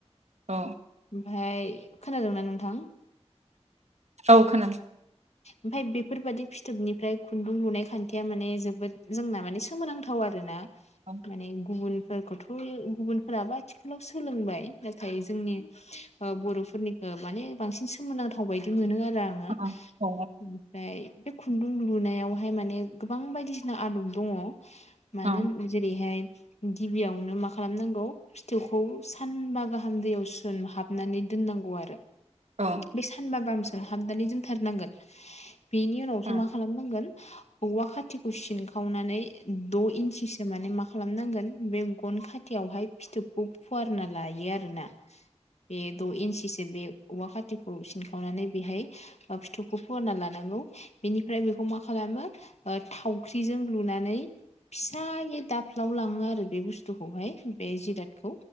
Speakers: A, on the right; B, on the left.
A: औ
B: ओमफाय खोनादोंना नोंथां?
A: औ खोनादो।
B: ओमफाय बेफोरबायादि फिथोबनिफ्राय खुन्दुं लुनाय खान्थिया माने जोबोद जोंना माने सोमोनांथाव आरो ना
A: औ
B: माने गुबुन फोरखौथ' गुबुनफोराबो आथिखालाव सोलोंबाय नाथाय जोंनि ओ बर'फोरनिखो ओ माने बांसिन सोमोनांथाव बायदिनो आरो आङो
A: औ औ
B: ओमफ्राय बे खुन्दुं लुनायावहाय माने गोबां बायदिसिना आदब दङ। मानो
A: औ
B: ओन जेरैहाय गिबियावनो मा खालामनांगौ फिथोबखौ सानबा गाहाम दैयाव सोमहाबनानै दोनना नांगौ आरो
A: औ
B: बे सानबा गाहाम सोमहाबनानै दोनथारनांगोन बेनि उनावसो
A: औ
B: मा खालामनांगोन औवा खाथिखौ सिनखावनानै द' इन्सिसो माने माख खालामनांगोन बे गन खाथियावहाय फिथोबखौ फुवारना लायो आरोना बे द' इन्सिसो बे औवा खाथिखौ सिनखावनानै बेहाय ओ फिथोबखौ फुवारना लानांगौ बेनिफ्राय बेखौ मा खालामो थावख्रिजों लुना नानै फिसायै दाफ्लाव लाङो आरो बे बुस्थुखौहाय बे जिरादखौ